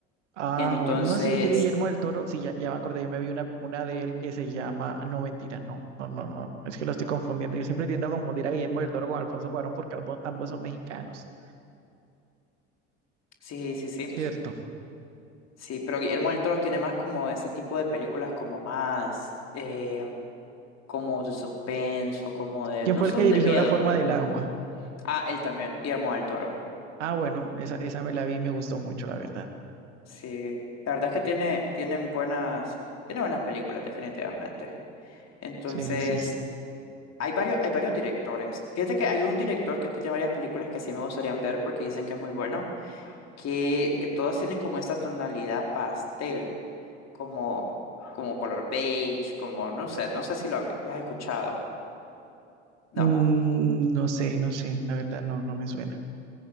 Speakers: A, on the right (about 80°); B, on the left (about 45°).
A: Ah,
B: Entonces,
A: bueno, no, sí, es que Guillermo del Toro, sí, ya, ya me acordé, yo me vi una, una de él que se llama, no, mentira, no, no, no, no, es que lo estoy confundiendo, yo siempre tiendo a confundir a Guillermo del Toro con Alfonso Cuarón porque albo- ambos son mexicanos,
B: sí, sí, sí,
A: ¿cierto?
B: sí, pero Guillermo del Toro tiene más como este tipo de películas como más, eh, como de suspenso, como de,
A: ¿Quién
B: no
A: fue
B: son
A: el que dirigió
B: de miedo,
A: La forma
B: pero...
A: del agua?
B: ujú. Ah, él también, Guillermo del Toro.
A: Ah, bueno, esa, esa me la vi y me gustó mucho, la verdad.
B: Sí, la verdad es que tiene, tienen buenas, tiene buenas películas, definitivamente. Entonces,
A: Sí, sí, sí.
B: hay varios, hay varios directores. Fíjate que hay un director que tiene varias películas que sí me gustarían ver porque dicen que es muy bueno, que, que todas tienen como esta tonalidad pastel, como, como color beige, como, no sé, no sé si lo has, lo has escuchado. No.
A: Mm, no sé, no sé, la verdad no, no me suena.